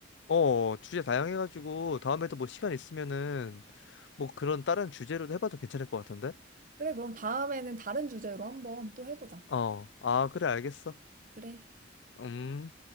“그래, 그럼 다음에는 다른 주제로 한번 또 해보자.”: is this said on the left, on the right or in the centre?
Right